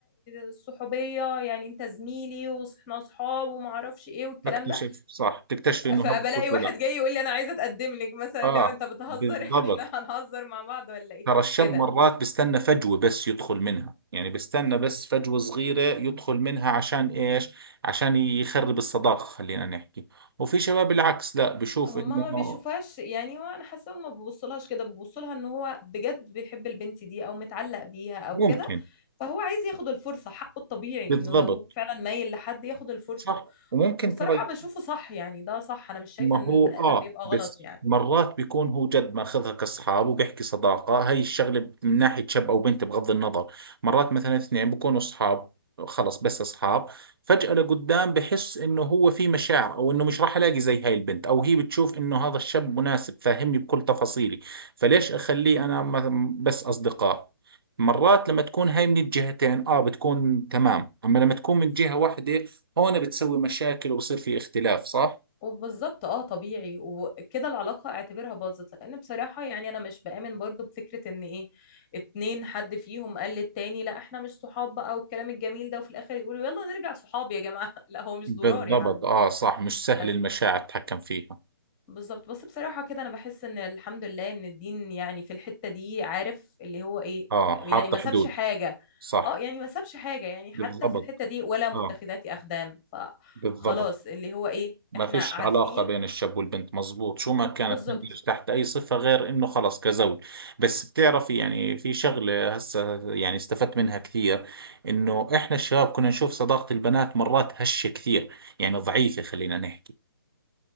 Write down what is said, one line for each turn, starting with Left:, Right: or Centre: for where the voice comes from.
Left: الصحوبية يعني أنت زميلي وإحنا أصحاب وما أعرفش إيه والكلام
Right: بكتشف
Left: ده
Right: صح تكتشفي انه
Left: فبلاقي
Right: هذا كله
Left: واحد
Right: لا
Left: جاي يقول لي أنا عايزة أتقدم لك مثلا
Right: اه
Left: اللي هو أنت بتهزر
Right: بالضبط
Left: <laughs> إحنا هنهزر مع بعض ولا إيه
Right: ترى الشاب
Left: كده
Right: مرات بيستنى فجوة بس يدخل منها يعني بيستنى بس فجوة صغيرة يدخل منها عشان إيش عشان يخرب الصداقة خلينا نحكي وفي شباب العكس لا بشوف
Left: هما
Right: إنه
Left: ما بيشوفهاش يعني وانا حاسه هما ما بيبصلهاش كده بيبصلها ان هو بجد بيحب البنت دي او متعلق بيها او
Right: ممكن
Left: كده فهو عايز ياخد الفرصه حقه الطبيعي
Right: بالضبط
Left: انه لو هو فعلا مايل لحد ياخد الفرصه
Right: صح وممكن
Left: والصراحه
Right: ترى
Left: بشوفه صح يعني ده صح انا مش شايفه
Right: ما
Left: ان
Right: هو
Left: البني ادم
Right: اه
Left: بيبقى
Right: بس
Left: غلط يعني
Right: مرات بيكون هو جد ماخذها كاصحاب وبيحكي صداقة هاي الشغلة من ناحية شاب او بنت بغض النظر مرات مثلا اثنين بيكونوا اصحاب خلص بس اصحاب فجأة لقدام بحس انه هو في مشاعر او انه مش راح الاقي زي هاي البنت او هي بتشوف انه هذا الشاب مناسب فاهمني بكل تفاصيلي فليش اخليه انا مث- بس اصدقاء مرات لما تكون هاي من الجهتين اه بتكون تمام اما لما تكون من جهة واحدة هون بتسوي مشاكل وبصير في اختلاف صح
Left: وبالظبط اه طبيعي وكده العلاقه اعتبرها باظت لان بصراحه يعني انا مش بآمن برضو بفكره ان ايه اتنين حد فيهم قال للتاني لا احنا مش صحاب بقى والكلام الجميل ده وفي الاخر يقولوا يلا نرجع صحاب يا جماعه <laughs> لا هو مش
Right: بالضبط
Left: ضرار يا حبيبي
Right: اه صح مش سهل
Left: بس
Right: المشاعر تتحكم فيها
Left: بالظبط بس بصراحة كده أنا بحس إن الحمد لله إن الدين يعني في الحتة دي عارف اللي هو إيه
Right: اه
Left: يعني
Right: حاطة
Left: ما
Right: حدود
Left: سابش حاجة
Right: صح
Left: اه يعني ما سابش حاجة يعني
Right: بالضبط
Left: حتى في الحتة دي ولا متخذات
Right: اه
Left: أخدان فخلاص
Right: بالضبط
Left: اللي هو إيه
Right: ما
Left: إحنا
Right: فيش
Left: عارفين
Right: علاقة بين الشاب والبنت مزبوط شو ما كانت
Left: بالظبط
Right: تندرج تحت أي صفة غير إنه خلص كزوج بس بتعرفي يعني في شغلة هسه يعني استفدت منها كثير إنه إحنا الشباب كنا نشوف صداقة البنات مرات هشة كثير يعني ضعيفة خلينا نحكي